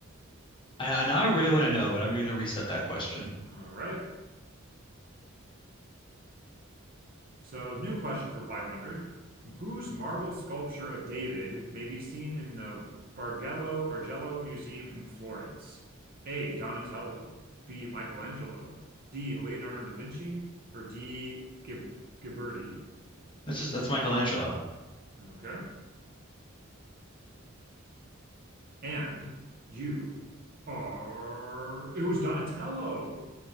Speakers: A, on the left; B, on the right.
A: I, I now I really want to know, but I'm going to reset that question.
B: All right. So, new question for 500. Whose marble sculpture of David may be seen in the Bargello Bargello Museum in Florence? A, Donatello, B, Michelangelo, D, Leonardo da Vinci, or D, Gib Ghiberti?
A: That's just that's Michelangelo.
B: Okay. And you are, it was Donatello.